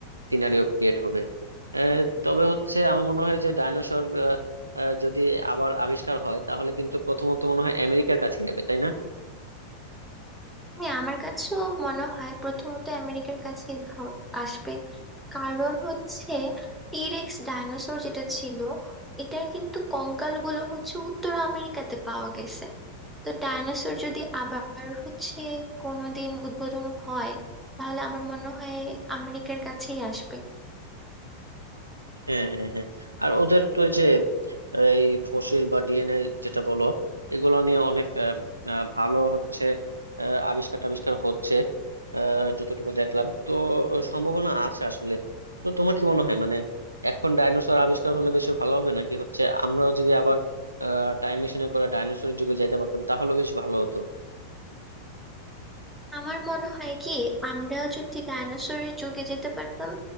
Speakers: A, on the right (about 85°); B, in the centre.
A: সিনারিও ক্রিয়েট হবে আহ, তবে হচ্ছে আমার মনে হয় যে ডাইনোসর যদি আবার আবিষ্কার হয় তাহলে কিন্তু প্রথমত মনে হয় আমেরিকার কাছে যাবে তাই না
B: হ্যাঁ আমার কাছেও মনে হয় প্রথমত আমেরিকার কাছে হ- আসবে কারণ হচ্ছে টিরেক্স ডাইনোসর যেটা ছিল এটার কিন্তু কঙ্কালগুলো হচ্ছে উত্তর আমেরিকাতে পাওয়া গেছে তো ডাইনোসর যদি আবার হচ্ছে কোনোদিন উদ্বোধন হয় তাহলে আমার মনে হয় আমেরিকার কাছেই আসবে
A: হ্যাঁ হ্যাঁ হ্যাঁ হ্যাঁ। আর ওদের তো ওই যে এই ফসিল বা ডিএনএ যেটা বলো এগুলো নিয়ে অনেক আহ, আহ, ভালো হচ্ছে আহ, আবিষ্কার টাবিষ্কার হচ্ছে আহ, যতটুকু দেখলাম তো সম্ভাবনা আছে আসলে তো তোমার কি মনে হয় মানে এখন ডাইনোসর আবিষ্কার হলে বেশি ভালো হবে নাকি হচ্ছে আমরাও যদি আবার টাইম মেশিনে করে ডাইনোসরের যুগে যেতে পারতাম তাহলে বেশ ভালো হতো
B: আমার মনে হয় কি আমরা যদি ডাইনোসরের যুগে যেতে পারতাম